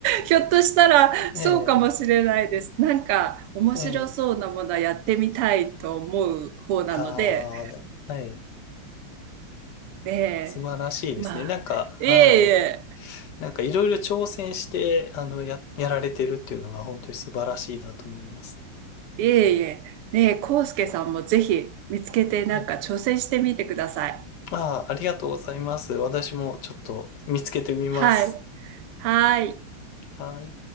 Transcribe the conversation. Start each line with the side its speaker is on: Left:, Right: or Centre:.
Right: ひょっとしたらそうかもしれないです。
Left: え
Right: なんか面白そうなものはやってみたいと思う方なので、
Left: え、ええ。いやー、はい。
Right: ねえ。
Left: 素晴らしいですね。
Right: まあ、
Left: なんか、
Right: いえいえ、
Left: はい。なんかいろいろ挑戦して、あの、や、やられてるっていうのが本当に素晴らしいなと思います。
Right: いえいえ。ねえ、コウスケさんもぜひ見つけてなんか挑戦してみてください。
Left: はい。ああ、ありがとうございます。私もちょっと見つけてみます。
Right: はい。はい。
Left: はい。